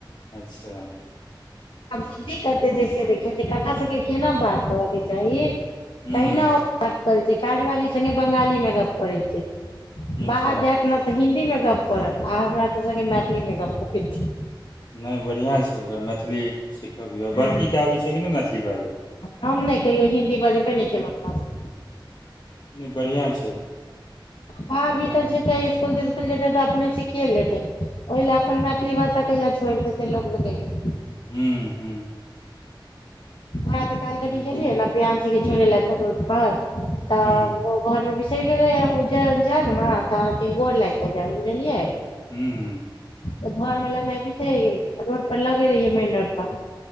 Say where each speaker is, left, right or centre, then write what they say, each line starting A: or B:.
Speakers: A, on the left; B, on the left.
A: अच्छा!
B: बुद्धि कते छै से देखियौ, जे क सबके केना बात करऽ के चाही,
A: हूँ
B: तहिना
A: हूँ
B: ओ बात करै छै, काजवाली संगे बंगाली मे गप करै छै,
A: अच्छा
B: बाहर जायत ने तऽ हिन्दी मे गप करत, आ हमरा सब संगे, मैथिली मे गप करै छै।
A: नहि बढ़िआँ छै, ओकरा मैथिली सीखबियौ,
B: हँ
A: बड़कीके आबै छै कि नहि, मैथिली बाजब?
B: हम नहि कहियो हिन्दी बाजबे नहि केलौ, एत।
A: नहि बढ़िआँ छै।
B: बाहर
A: अपन
B: भीतर जेतै इस्कूल तिस्कू स्कूल जेतै तऽ अपने सिखिए लेते, ओहि लए अपन मैथिली भाषा कै ले छोड़ि देते, लोको <unintelligible>
A: हू- हू।
B: ओह तऽ काल्हि कनि
A: बिलकुल
B: गेलियै ने, प्रियंसी के छोड़ ले त रोड पर, तऽ
A: हूँ
B: ओ घर मे बिसैर गेलेया, ओ जे जायत ने तऽ अहाँके गोर लाइग के जायत, बुझलियै।
A: हू- हू।
B: तऽ घर मे लगनाय बिसैर गेलिये तऽ रोड पर लगे रहियै मेन रोड पर।